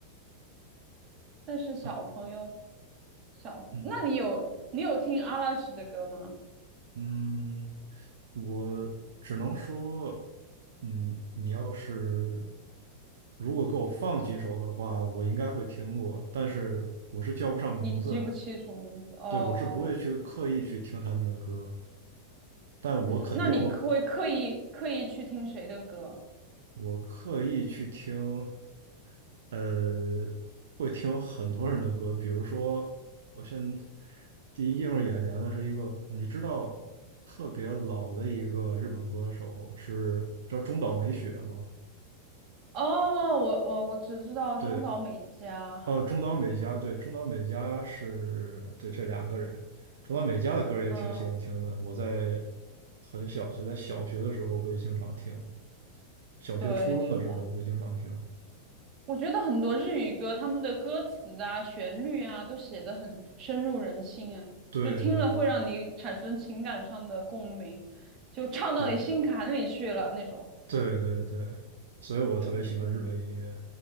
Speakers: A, on the right (about 30°); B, on the right (about 60°).
A: 但是小朋友。
B: 啊，
A: 小朋友，
B: 嗯
A: 那你有你有听阿拉西的歌吗？
B: 嗯，我只能说，嗯，你要是如果给我放几首的话，我应该会听过，但是我是叫不上名字的，
A: 你记不清楚名字哦，
B: 对，我是不会去刻意去听他们的歌，但我肯定
A: 嗯，那你可会刻意刻意去听谁的歌？
B: 我刻意去听。呃，会听很多人的歌，比如说，我现在第一映入眼帘的是一个，你知道特别老的一个日本歌手是叫中岛美雪吗？
A: 哦，我我我只知道中岛美嘉，
B: 对，哦，中岛美嘉，对，中岛美嘉是对这两个人，中岛美嘉的歌也挺喜欢听的，
A: 嗯，
B: 我在很小就在小学的时候会经常听，小学初中的时候会经常听，
A: 对，是吧？我觉得很多日语歌，他们的歌词啊、旋律啊，都写得很深入人心啊，
B: 对对对
A: 就听了会让你产生情感上的共鸣，就唱到你心坎里去了那种。
B: 对对对对，所以我特别喜欢日本音乐。
A: 就嗯